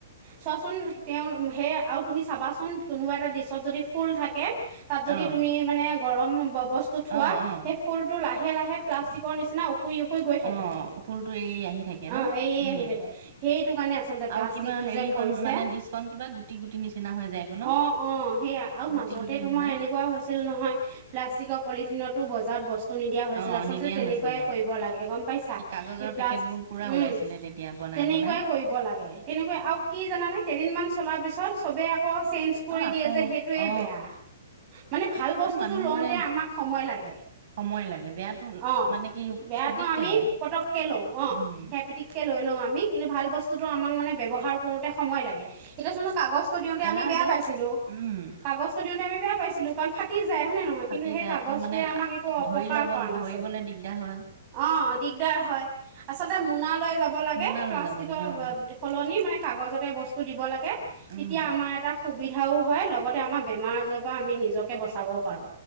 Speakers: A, on the right; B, on the right.
A: চোৱাচোন তেও সেই আৰু তুমি চাবাচোন কোনোবা এটা ডিচত যদি ফুল থাকে। তাত যদি
B: অ
A: তুমি মানে গৰম বস্তু থোৱা
B: অ অ
A: সেই ফুলতটো লাহে - লাহে। প্লাষ্টিকৰ নিচিনাও শুই -শুই গৈ থাকে
B: অ ফুলটো এৰি আহি থাকে
A: অ,
B: ন
A: এই
B: উম
A: আহি থাকে সেইটো কাৰণে আচলতে
B: আৰু
A: প্লাষ্টিক
B: কিবা
A: যে
B: হেৰিখন
A: কৈছে
B: মানে ডিচখন কিবা গুটি গুটি নিচিনা হৈ যায়গৈ ন
A: অ - অ সেয়া আৰু
B: গুটি
A: মাজতে
B: গুটি নিচিনা
A: তোমাৰ এ হৈছিল নহয় প্লাষ্টিকৰ পলিতো বজত বস্তু। নি দিয়া হৈছিল
B: অ
A: আচলতে
B: নিদিয়া
A: তেনেকুৱাই
B: হৈছিলে
A: কৰিব লাগে গম পাইছা
B: কাগজৰ
A: এই প্লাছ
B: পেকেট বোৰ পুৰা
A: উম,
B: ওলাইছিলে তেতিয়া বনাই
A: তেনেকুৱাই
B: বনাই
A: কৰিব লাগে তেনেকুৱা আৰু কি জানানে কেইদিন মমান চলাৰ পিছত চবে। আ চেঞ্জ কৰি
B: অ আকৌ
A: দিয়ে যে সেইটোৱে
B: অ
A: বেয়া মানে ভাল বস্তুটো
B: এই মানুহবোৰে
A: লওতে আমাক সময় লাগে।
B: সময় লাগে বেয়াটো
A: অ,
B: মানে কি
A: বেয়াতো
B: পিটিককে
A: আমি
B: লয়
A: পতককে লো অ,
B: উম
A: সেই পিতিকে লৈ লও আমি কিন্তু ভাল বস্তুো আমাক মানে ব্ৱহাৰ কৰোতে সময় লাগে এতিয়া। কাগছ টো দিওতে
B: এলাহ
A: আমি বেয়া
B: যে
A: পাইছিলো
B: উম
A: - কাগছ টো দিওতে আমি বেয়া পাইছিলো কাৰণ ফাটি জাই। হয় নে নহয়
B: ফাটি
A: সেই
B: যায়
A: কাগচটোই
B: আকৌ মানে
A: আমক একো অপকাৰ
B: ধৰি ল'ব
A: কৰা নাছিল
B: ধৰিবলে দিগদাৰ হয়
A: অ, অ, দিগদাৰ হয় আচলতে মোনালৈ যাব লাগে
B: মোনা
A: প্লাষ্টিকৰ
B: লৈ যাব লাগে অ
A: সলনি মানে কাগজৰ বস্তু দিব লাগে তেতিয়া
B: উম
A: আমাক এটা সুবিধাও হয় লগতে আমাৰ বেমাৰ আজাৰৰ পৰা আমি নিজকে বচাবও পাৰো।